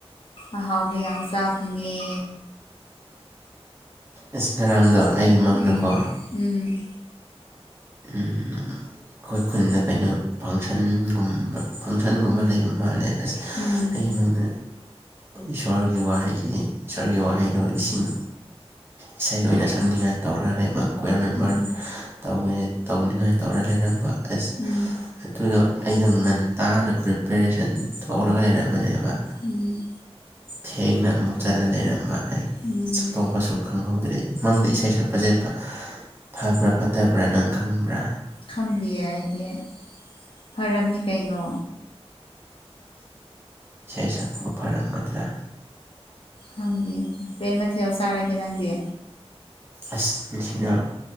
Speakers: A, on the left; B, on the right.
A: ꯑꯍꯥꯎꯕꯌꯥꯝ ꯆꯐꯨꯉꯤ
B: ꯑꯁ ꯉꯔꯥꯡꯗꯣ ꯑꯩꯒꯤ ꯃꯪꯗꯣꯀꯣ
A: ꯎꯝ ꯎꯝ
B: ꯎꯝ ꯑꯩꯈꯣꯏ ꯈꯨꯟꯗ ꯀꯩꯅꯣ ꯐꯪꯁꯟꯒꯨꯝꯕ ꯐꯪꯁꯟꯒꯨꯝꯕ ꯂꯩꯕ ꯃꯥꯜꯂꯦ ꯑꯁ
A: ꯎꯝ
B: ꯑꯩ ꯏꯃꯅ ꯏꯁꯣꯔꯒꯤ ꯋꯥꯍꯩ ꯏꯁꯣꯔꯒꯤ ꯋꯥꯍꯩꯗꯣ ꯏꯁꯤꯡ ꯏꯁꯩ ꯑꯣꯏꯅ ꯁꯛꯅꯤꯡꯉꯥꯏ ꯇꯧꯔ ꯂꯩꯕ ꯀꯀ꯭ꯋꯥꯔ ꯃꯦꯝꯕꯔ
A: ꯎꯝ
B: ꯇꯧꯋꯦ ꯇꯧꯅꯤꯡꯉꯥꯏ ꯇꯧꯔ ꯂꯩꯔꯝꯕ ꯑꯁ
A: ꯎꯝ
B: ꯑꯗꯨꯗꯣ ꯑꯩꯗꯣ ꯉꯟ ꯇꯥꯅ ꯄ꯭ꯔꯤꯄꯦꯔꯦꯁꯟ ꯇꯧꯔꯒ ꯂꯩꯔꯝꯕꯅꯦꯕ
A: ꯎꯝ
B: ꯊꯦꯡꯅ ꯑꯃꯨꯛ ꯆꯂ ꯂꯩꯔꯝꯕ ꯑꯩ
A: ꯎꯝ
B: ꯁ ꯇꯣꯛꯄꯁꯨ ꯈꯪꯍꯧꯗ꯭ꯔꯦ ꯃꯪꯗ ꯏꯁꯩ ꯁꯛꯄꯁꯦ ꯐꯕ꯭ꯔꯥ ꯐꯠꯇꯕ꯭ꯔꯥ ꯅꯪ ꯈꯪꯕ꯭ꯔꯥ
A: ꯈꯪꯕꯤꯌꯦ ꯑꯩꯒꯤ ꯐꯔꯝꯅꯤ ꯀꯩꯅꯣ
B: ꯏꯁꯩ ꯁꯛꯄꯕꯨ ꯐꯔꯝꯒꯗ꯭ꯔꯥ
A: ꯍꯪꯒ ꯀꯩ ꯃꯊꯦꯜ ꯆꯥꯔꯒꯦ ꯅꯪꯗꯤ
B: ꯑꯁꯅ